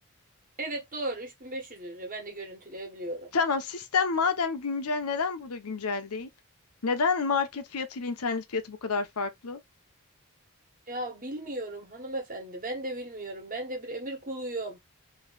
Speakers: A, on the right; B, on the left.
A: Evet doğru 3500 yazıyor. Ben de görüntüleyebiliyorum.
B: Tamam sistem madem güncel neden burada güncel değil? Neden market fiyatı ile internet fiyatı bu kadar farklı?
A: Ya bilmiyorum hanımefendi. Ben de bilmiyorum. Ben de bir emir kuluyum.